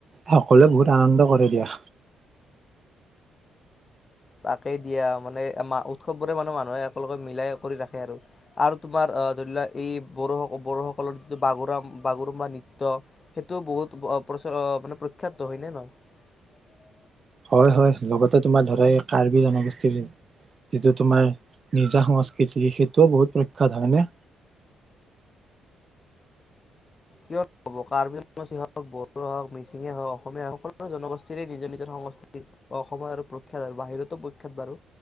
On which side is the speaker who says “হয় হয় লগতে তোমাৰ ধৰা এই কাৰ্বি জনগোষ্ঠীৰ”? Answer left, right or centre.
Right